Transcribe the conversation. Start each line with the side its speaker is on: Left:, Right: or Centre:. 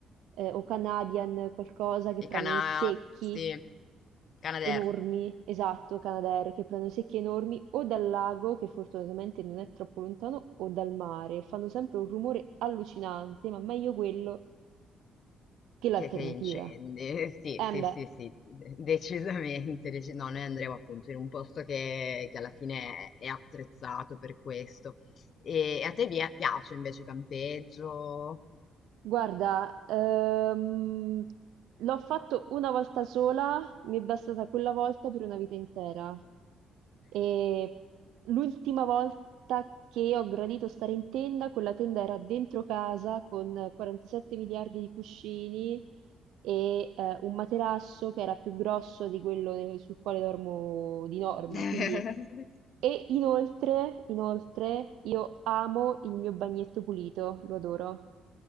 Right: eh, o Canadian qualcosa che
Left: I
Right: prendono
Left: cana,
Right: i secchi
Left: sì, Canadair.
Right: Enormi, esatto, Canadair, che prendono secchie enormi o dal lago, che fortunatamente non è troppo lontano, o dal mare. Fanno sempre un rumore allucinante, ma meglio quello che l'alternativa.
Left: Che, che incendi, <laughs> sì,
Right: Eh
Left: sì,
Right: beh.
Left: sì, sì, de- decisamente. deci- no, noi andremo appunto in un posto che, che alla fine è, è attrezzato per questo. E, a te vi è- piace invece campeggio?
Right: Guarda, ehm, l'ho fatto una volta sola, mi è bastata quella volta per una vita intera. E l'ultima volta che ho gradito stare in tenda, quella tenda era dentro casa con 47 miliardi di cuscini e eh, un materasso che era più grosso di quello ne- sul quale dormo di norma.
Left: <laughs>
Right: Quindi... E inoltre, inoltre, io amo il mio bagnetto pulito, lo adoro.